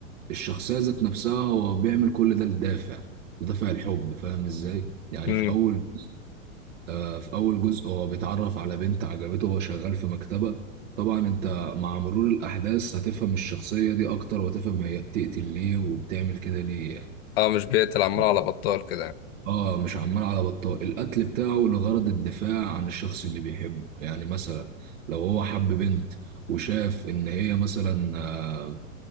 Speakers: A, on the right; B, on the left.
A: الشخصية ذات نفسها هو بيعمل كل ده لدافع بدافع الحب فاهم ازاي؟ يعني
B: امم
A: في أول آه، في أول جزء هو بيتعرف على بنت عجبته وهو شغال في مكتبة طبعا انت مع مرور الأحداث هتفهم الشخصية دي أكتر وهتفهم هي بتقتل ليه وبتعمل كده ليه يعني.
B: اه مش بيقتل عمال
A: آه.
B: على بطال كده يعني
A: اه مش عمال على بطال القتل بتاعه لغرض الدفاع عن الشخص اللي بيحبه يعني مثلا لو هو حب بنت وشاف ان هي مثلا آه